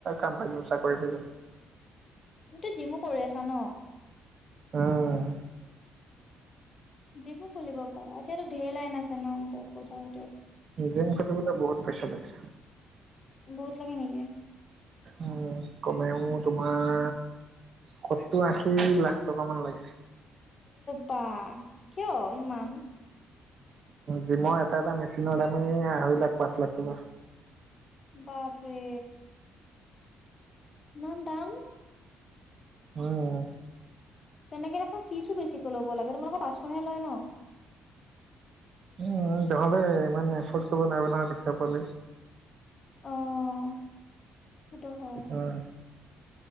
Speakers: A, on the right (about 55°); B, on the left (about 40°).
A: কাম পাই যাম চাকৰি পাই যাম।
B: তুমিতো জিমো কৰি আছা ন?
A: উম
B: জিমো খুলিব পাৰা। এতিয়াতো ঢেৰ লাইন আছে ন ত পচাৰত।
A: জিম খুলিবলৈ বহুত পইচা লাগে।
B: বহুত লাগে নেকি?
A: উম কমেও তোমাৰ সত্তৰ আশী লাখ টকা মান লাগে।
B: পা কিয় ইমান
A: জিমৰ এটা এটা মেচিনৰ দামেই আঢ়ৈ লাখ পাঁচ লাখ টকা।
B: বাপৰে ইমান দাম?
A: উম
B: তেনেকে দেখুন ফিচো বেছিকৈ ল'ব লাগে। তোমালোকৰ পাঁচশহে লয় ন?
A: উম, নহ'লে ইমান এফৰ্ড কৰিব নোৱাৰা নহয় দুখীয়া পোৱালি।
B: আহ সেইটো হয়।
A: উম